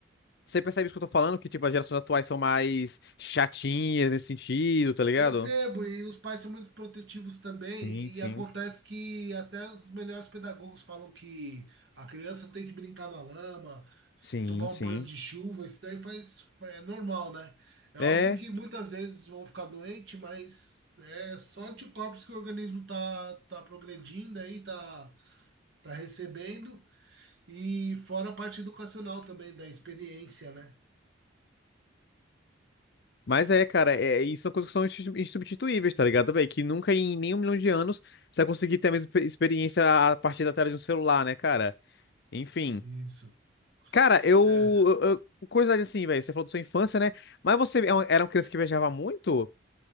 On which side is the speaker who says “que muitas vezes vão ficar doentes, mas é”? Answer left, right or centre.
Right